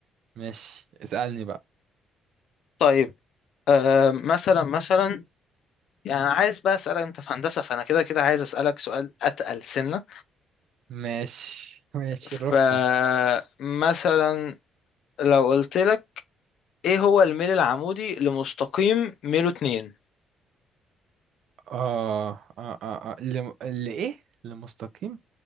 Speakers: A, on the right; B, on the left.
A: ماشي اسألني بقى
B: طيب آه مثلا مثلا يعني عايز بقى اسالك انت في هندسه فانا كده كده عايز اسالك سؤال اتقل سنه
A: ماشي <laughs> ماشي
B: فمثلا
A: رفقا
B: لو قلت لك ايه هو الميل العمودي لمستقيم ميله 2
A: آه آه آه, آه. اللي, اللي إيه؟ اللي مستقيم